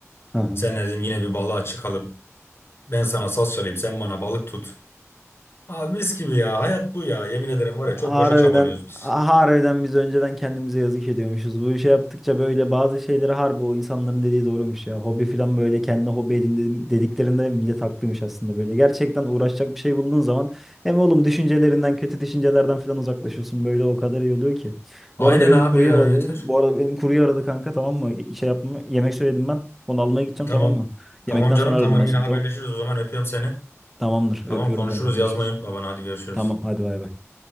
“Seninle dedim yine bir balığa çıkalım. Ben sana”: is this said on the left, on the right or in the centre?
Left